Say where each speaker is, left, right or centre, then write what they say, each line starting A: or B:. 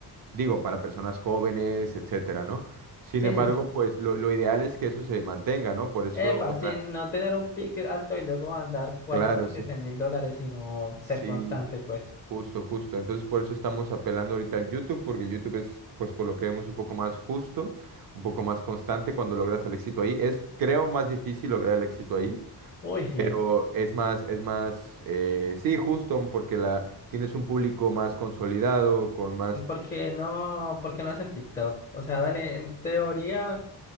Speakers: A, on the right (about 55°); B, on the left (about 25°).
A: digo, para personas jóvenes, etcétera, ¿no? Sin
B: Sí,
A: embargo,
B: sí, sí.
A: pues lo, lo ideal es que eso se mantenga, ¿no? Por eso,
B: Epa,
A: o
B: sí,
A: sea,
B: no tener un
A: sí,
B: pick alto y luego andar cuatro
A: claro,
B: meses
A: sí,
B: en mil dólares, sino ser
A: sí,
B: constante, pues.
A: justo, justo. Entonces, por eso estamos apelando ahorita al YouTube, porque el YouTube es, pues, por lo que vemos, un poco más justo, un poco más constante cuando logras el éxito ahí. Es, creo, más difícil lograr el éxito ahí.
B: Uy, sí.
A: Pero es más, es más, eh, sí, justo, porque la, tienes un público más consolidado, con más
B: ¿Y por qué no, por qué no hacen TikTok? O sea, dale, en teoría,